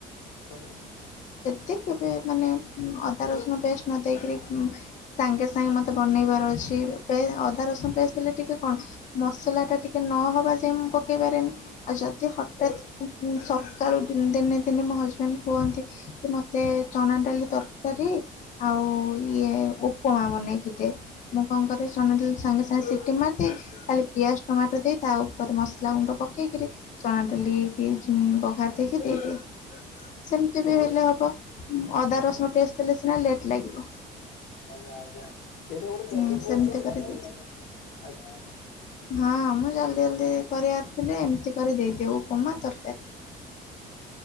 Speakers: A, on the left (about 75°); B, on the left (about 45°).
A: କରନ୍ତି।
B: କେବେ କେବେ ମାନେ ଅଦା ରସୁଣ ପେଷ୍ଟ ନ ଦେଇକରି ସାଙ୍ଗେ ସାଙ୍ଗେ ମୋତେ ବନେଇବାର ଅଛି ଅଦା ରସୁଣ ପେଷ୍ଟ ଦେଲେ ଟିକେ କଣ ମସଲାଟା ଟିକେ ନହବା ଯାଏ ମୁଁ ପକେଇ ପାରେନି ଆଉ ଯଦି ହଠାତ୍ ସକାଳୁ ଦିନ୍ ଦିନେ ଦିନେ ମୋ ହଜବେଣ୍ଡ କୁହନ୍ତି କି ମତେ ଚଣା ଡାଲି ତରକାରୀ ଆଉ ଇଏ ଉପମା ବନେଇକି ଦେ ମୁଁ କଣ କରେ ଚଣା ଡାଲି ସାଙ୍ଗେ ସାଙ୍ଗେ ସିଟି ମାରିଦିଏ ଖାଲି ପିଆଜ ଟମାଟୋ ଦେଇ ତା ଉପରେ ମସଲା ଗୁଣ୍ଡ ପକେଇକିରି ଚଣା ଡାଲି <unintelligible> ପଘାରି ଦେଇକି ଦେଇଦିଏ। ସେମିତି ବି
A: ଓହୋ ଓହୋ
B: ହେଲେ ହବ ଅଦା
A: ଓହୋ
B: ରସୁଣ ପେଷ୍ଟ୍ ଦେଲେ ସିନା ଲେଟ୍ ଲାଗିବ
A: ଆଜ୍ଞା ଆଜ୍ଞା ଏଇଟା ଗୋଟେ ଜଲ୍ଦୀ
B: ହୁଁ
A: ପ୍ରୋସେସ୍
B: ସେମିତି କରିଦେଇଥି
A: ବନଉଛ ଆଜ୍ଞା ଆଜ୍ଞା।
B: ହଁ ମୁଁ ଜଲଦି ଜଲଦି କରିବାରଥିଲେ ଏମିତି କରି ଦେଇଦିଏ ଉପମା ତରକାରୀ।